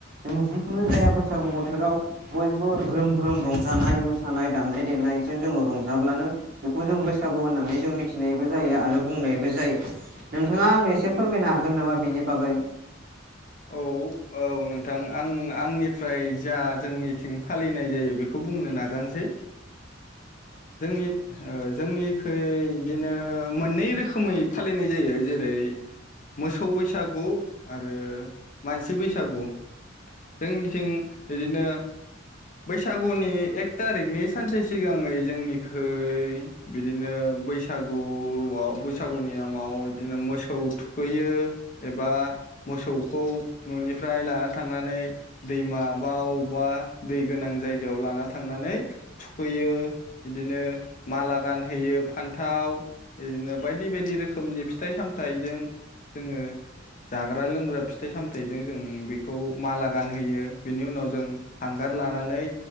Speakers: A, on the right; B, on the left.
A: जों जिखुनु जाया बैसागु बोथोराव बयबो ग्रोम ग्रोम रंजानाय मोसानाय दामनाय देनायजों जोङो रंजाब्लानो बेखौ जों बो होननानै जों मिथिनायबो जायो आरो बुंनायबो जायो नोंथाङा आंनो एसे फोरमायनो हागोन नामा बिनि बागै?
B: औ औ नोंथां आं आंनिफ्राय जा जोंनिथिं फालिनाय जायो बेखौ बुंनो नाजानोसै। जोंनि जोंनिखै बिदिनो मोननै रोखोमै फालिनाय जायो जेरै मोसौ बैसागु आरो मानसि बैसागु जोंनिथिं बिदिनो बैसागुनि एक थारिखनि सानसे सिगाङै जोंनिखै बिदिनो बैसागुआव बैसागुनि नामाव बिदिनो मोसौ थुखैयो एबा मोसौ खौ न'निफ्राय लाना थांनानै दैमाबा अबावबा दै गोनां जायगायाव लाना थांनानै थुखैयो बिदिनो माला गानहोयो फान्थाव बिदिनो बायदि बायदि रोखोम रोखोमनि फिथाइ सामथाइजों जोङो जाग्रा लोंग्रा फिथाइ सामथाइजों जों बेखौ माला गानहोयो बेनि उनाव जों हांगार लानानै